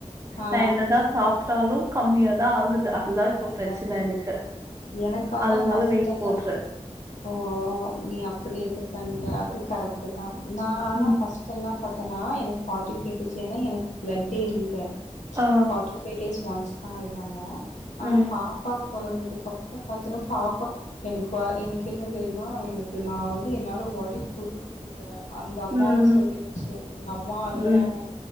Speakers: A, on the left; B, on the right.
A: ஆ
B: நா என்னதா சாப்ட்டாலு கம்மியாதா ஆகுது அதுதா
A: கம்மியா
B: இப்ப ப்ரச்சன
A: தா இருக்குது
B: எனக்கு
A: எனக்கு ஆனா
B: அதனால
A: ஃபஸ்ட்
B: வெயிட் போட்றே
A: ஓ நீ அப்டி இது பண்ற அது கரெக் ட்டு தா நா ஆனா
B: ம்
A: ஃபர்ஸ்டெல்லா பத்தன்னா எனக் ஃப்ட்டி ஃபைவ் டேஸ் ஏன்னா எனக்கு ப்ளட்டே இல்ல
B: ஆ
A: ஃபார்ட்டி ஃபைவ் டேஸ் ஒன்ஸ் தா இதான ஆனா
B: ம்
A: பாப்பா பொறந்ததுக்கப்புறோ பாத்தீனா பாப்பா எனக்கு <unintelligible> எனக்கு என்ன தெரிமா எனக்கு நா வந்து என்னால வலி பொறுக்க முள்ள அந்த அம்மாவு
B: ம்
A: சொல்லிச்சு அந்த அம்மாவு அழுவுறாங்க
B: ம்